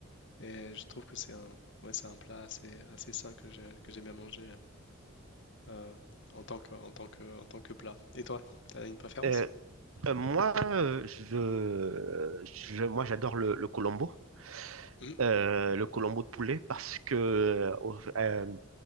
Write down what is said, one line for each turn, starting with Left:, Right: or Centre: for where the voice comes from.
Left: Et je trouve que c'est un, ouais, c'est un plat assez, assez sain que j'ai- que j'aime bien manger euh, en tant que, en tant que, en tant que plat. Et toi, t'as une préférence?
Right: Euh, Euh, moi, euh, je, je- moi, j'adore le, le colombo,
Left: Mhm.
Right: euh, le colombo de poulet, parce que euh, au- euh,